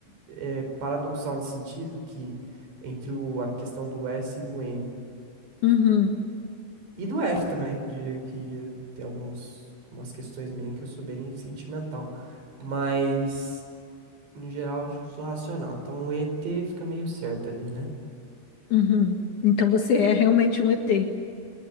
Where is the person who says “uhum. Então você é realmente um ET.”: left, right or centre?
Left